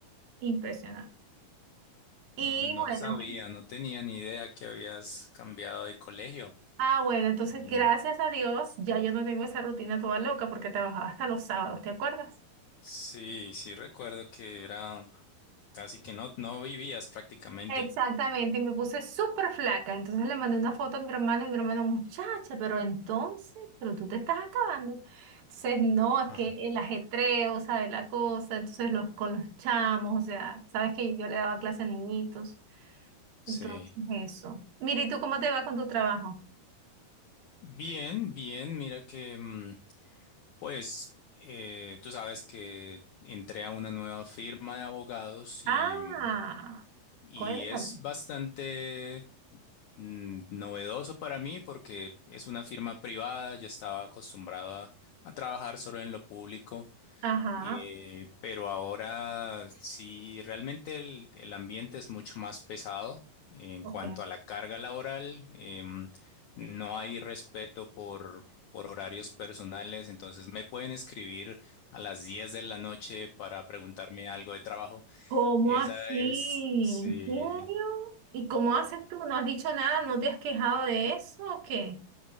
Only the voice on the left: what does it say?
no
sabía, no tenía ni idea que habías cambiado de colegio.
Mm,
Sí, sí recuerdo que era casi que no, no vivías prácticamente.
<laughs>
Ajá.
Sí.
Bien, bien, mira que mm, pues eh, tú sabes que entré a una nueva firma de abogados y,
mm, y
es bastante mm, novedoso para mí porque es una firma privada, yo estaba acostumbrado a, a trabajar solo en lo público
eh, pero ahora sí, realmente el, el ambiente es mucho más pesado en
cuanto
a la carga laboral. em, no hay respeto por, por horarios personales, entonces me pueden escribir a las 10 de la noche para preguntarme algo de trabajo.
Esa
es, sí.